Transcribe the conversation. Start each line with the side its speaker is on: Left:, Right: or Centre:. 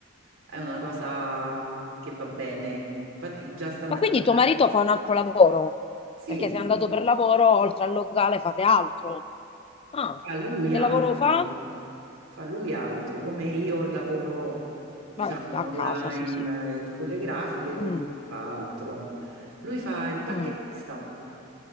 Right: è una cosa che va bene. Infatti già stamattina,
Left: Ma quindi tuo marito fa un altro lavoro?
Right: sì,
Left: Perché se è andato per lavoro, oltre al locale fate altro. Ah,
Right: a lui
Left: che
Right: altro.
Left: lavoro fa?
Right: fa lui altro, come io lavoro, diciamo,
Left: Vabbè, a
Right: online
Left: casa, sì, sì.
Right: eh, con le grafiche, lui
Left: Mm,
Right: fa altro. Lui fa il parchettista.
Left: mm.